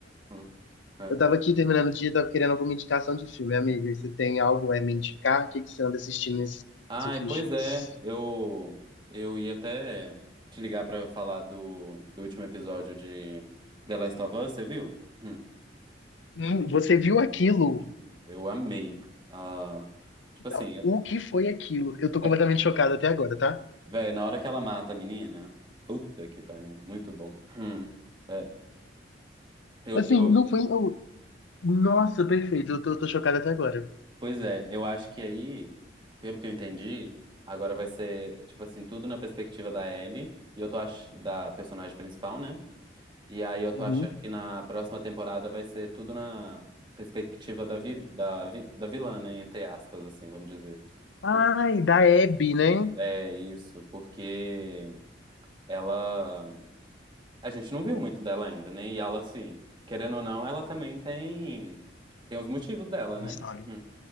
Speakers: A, on the right; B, on the left.
A: Hum, ah.
B: Eu tava aqui terminando o dia, tava querendo alguma indicação de filme, amiga. Você tem algo a me indicar? O que que você anda assistindo nesses
A: Ai,
B: últimos
A: pois
B: dias?
A: é, eu, eu ia até te ligar pra falar do, do último episódio de The Last of Us, você viu? Hum,
B: Hum, você viu aquilo?
A: Eu amei. Ah, tipo assim,
B: Não,
A: eu-
B: o que foi aquilo? Eu tô
A: é,
B: completamente chocado até agora, tá?
A: véi, na hora que ela mata a menina, puta que pariu, muito bom. Hum, é. Eu,
B: Assim,
A: eu,
B: não foi. eu- Nossa, perfeito, eu tô, eu tô chocado até agora.
A: Pois é, eu acho que aí, pelo que eu entendi, agora vai ser, tipo assim, tudo na perspectiva da Ellie, e eu tô ach... da personagem principal, né? E aí eu tô
B: Uhum.
A: achando que na próxima temporada vai ser tudo na perspectiva da, vi... da, vi... da vilã, né? Entre aspas, assim, vamos dizer.
B: Ai,
A: Por-
B: da Abby, né?
A: É isso, porque ela. A gente não viu muito dela ainda, né? E ela, assim, querendo ou não, ela também tem, tem os motivos dela,
B: Uma
A: né?
B: história.
A: Hum.